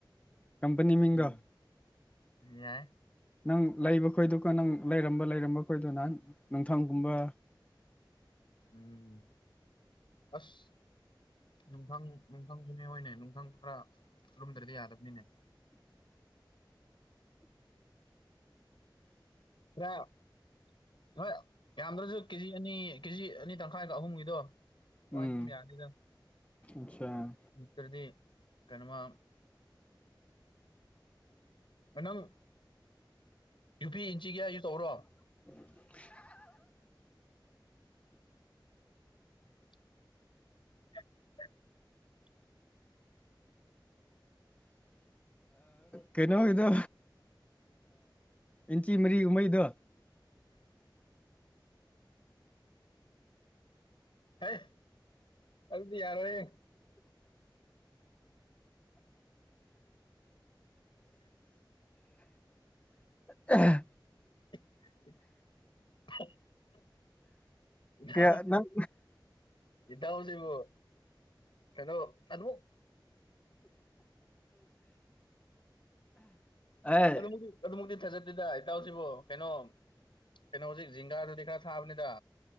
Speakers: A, on the left; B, on the left.
A: ꯀꯝꯄꯅꯤ ꯃꯤꯡꯗꫭ
B: ꯎꯝ ꯌꯥꯏ
A: ꯅꯪ ꯂꯩꯕ ꯈꯣꯏꯗꯨꯀ ꯅꯪ ꯂꯩꯔꯝꯕ ꯂꯩꯔꯝꯕ ꯈꯣꯏꯗꯨꯅ ꯅꯨꯡꯊꯪꯒꯨꯝꯕ
B: ꯎꯝ ꯑꯁ ꯅꯨꯡꯐꯪ ꯅꯨꯡꯊꯪꯁꯨꯅꯦ ꯍꯣꯏꯅꯦ ꯅꯨꯡꯊꯪ ꯈꯔ ꯂꯨꯝꯗ꯭ꯔꯗꯤ ꯌꯥꯗꯕꯅꯤꯅꯦ ꯌꯥ <unintelligible> ꯅꫭꯏ ꯌꯥꯝꯗ꯭ꯔꯖꯨ ꯀꯦꯖꯤ ꯑꯅꯤ ꯀꯦꯖꯤ ꯑꯅꯤ ꯇꯪꯈꯥꯏꯒ ꯑꯍꯨꯝꯒꯤꯗꯣ ꯑꯗꯨꯃꯥꯏꯅ
A: ꯎꯝ
B: ꯑꯗꯨꯝ ꯌꯥꯅꯤꯗ
A: ꯑꯆꯥ
B: ꯅꯠꯇ꯭ꯔꯗꯤ ꯀꯩꯅꫭꯃ ꯅꯪ ꯌꯨꯄꯤ ꯏꯟꯆꯤ ꯀꯌꯥꯒꯤ ꯇꯧꯕ꯭ꯔꯣ
A: <inaudible>
B: <inaudible> <unintelligible>
A: ꯀꯩꯅꯣꯒꯤꯗꯣ ꯏꯟꯆꯤ ꯃꯔꯤ ꯀꯨꯝꯕꯩꯗꯣ
B: ꯍꯦ ꯑꯗꯨꯗꯤ ꯌꯥꯔꯣꯏꯍꯦ
A: ꯑ <inaudible>
B: <unintelligible> ꯏ꯭ꯅꯣ
A: ꯀꯌꯥ ꯅꯪ
B: ꯏꯇꯥꯎ ꯁꯤꯕꯨ ꯀꯩꯅꯣ ꯑꯗꯨꯕꯨ
A: ꯑꯦ
B: ꯑꯗꯨꯛꯃꯛ ꯑꯗꯨꯨꯛꯃꯛꯇꯤ ꯊꯥꯖꯦꯗꯦꯗ ꯇ ꯁꯤꯕꯣ ꯀꯩꯅꯣ ꯀꯩꯅꯣ ꯍꯧꯖꯤꯛ ꯖꯤꯡꯒꯥꯗꯨꯗꯤ ꯈꯔ ꯊꯥꯕꯅꯤꯗ